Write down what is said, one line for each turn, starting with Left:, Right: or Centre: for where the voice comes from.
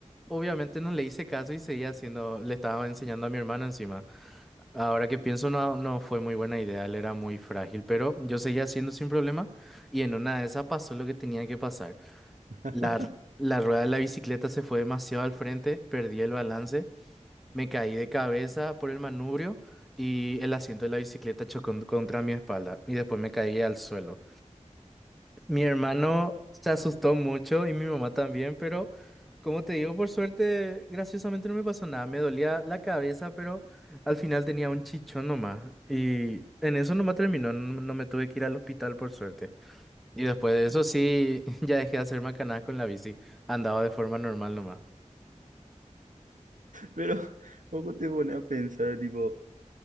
Centre: obviamente no le hice caso y seguía haciendo, le estaba enseñando a mi hermano encima. Ahora que pienso, no, no fue muy buena idea, él era muy frágil, pero yo seguía haciendo sin problema y en una de esas pasó lo que tenía que pasar.
Right: <laughs>
Centre: La, r- la rueda de la bicicleta se fue demasiado al frente, perdí el balance, me caí de cabeza por el manubrio y el asiento de la bicicleta chocó contra mi espalda y después me caí al suelo. Mi hermano se asustó mucho y mi mamá también, pero como te digo, por suerte, graciosamente no me pasó nada. Me dolía la cabeza, pero al final tenía un chichón nomás. Y en eso nomás terminó, no, no no me tuve que ir al hospital por suerte. Y después de eso sí, <laughs> ya dejé de hacer macanadas con la bici. Andaba de forma normal nomás.
Right: Pero poco te pone a pensar, tipo,